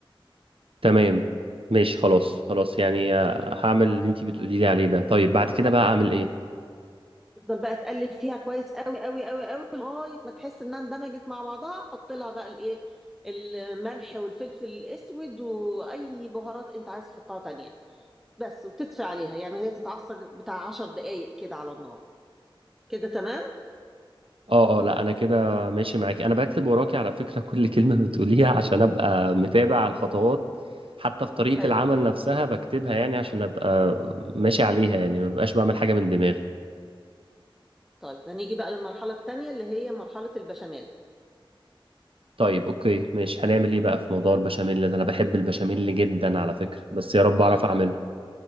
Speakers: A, on the right; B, in the centre.
A: تمام ماشي خلاص خلاص يعني آه، هعمل اللي انتي بتقولي لي عليه ده طيب بعد كده
B: ط-
A: بقى أعمل إيه؟
B: تفضل بقى تقلب فيها كويس قوي قوي قوي قوي لغايه ما تحس انها اندمجت مع بعضها حط لها بقى الايه الملح والفلفل الاسود واي بهارات انت عايز تحطها تانية بس وتطفي عليها يعني هي تتعصج بتاع عشر دقايق كده على النار كده تمام
A: اه اه لا انا كده ماشي معاكي انا بكتب وراكي على فكرة <laughs> كل كلمة بتقوليها عشان ابقى متابع الخطوات حتى في طريقة
B: حلو
A: العمل نفسها بكتبها يعني عشان ابقى ماشي عليها يعني ما ببقاش بعمل حاجة من دماغي
B: طيب هنيجي بقى للمرحلة التانية اللي هي مرحلة البشاميل
A: طيب اوكي ماشي هنعمل ايه بقى في موضوع البشاميل ده انا بحب البشاميل جدا على فكرة بس يا رب
B: طيب
A: اعرف اعمله